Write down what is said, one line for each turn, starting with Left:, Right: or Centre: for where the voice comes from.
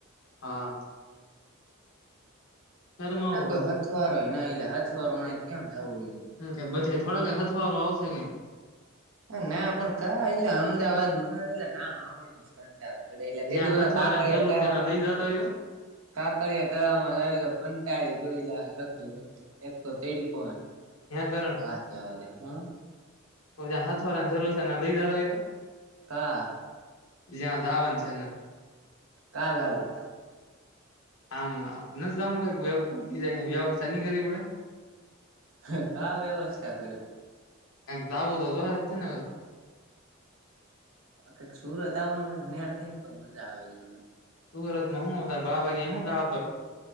Left: હા શરમાવો
Right: ના કોઈ
Left: બાજુ
Right: હથવારો નઈ એલા હથવારો નઈ તો કેમ જવું એલે
Left: કે બધે થોડો હથવારું આવશે કઈ
Right: હા ના પણ કા એલા અમદાવાદ મને એ ના આવે કંટાળો આવે એટલે તેદી
Left: જ્યાં
Right: ઓલા
Left: હથવારાની
Right: કાંકરિયા
Left: જરૂર
Right: તળાવ
Left: છે એના લઈ જતા હોય તો
Right: કાંકરિયા તળાવમાં જાવ તો કંટાળી જોયલા રખડી રખડી એક તો તેડી કોણ
Left: ત્યાં કરણ
Right: વાત જવા દે હા
Left: ઓલા હાથવારાની જરૂર છે એને લઈ જતા હોય તો
Right: કા
Left: જ્યા જાવાનું છે ને ન્યા
Right: કાલે આવું
Left: આમ નથી જવાનું કંઈક જાય બીજે ક્યાં વ્યવસ્થા નહી કરવી પડે
Right: હ કા વ્યવસ્થા કર્યું
Left: કાઈ જાવું તો જોહે તેને હવે
Right: કઈક સુરત આવવાનું કઈ મેળ થઈ ને તો મજા આવેને
Left: સુરત માં હું હ તાર બાપ <unintelligible>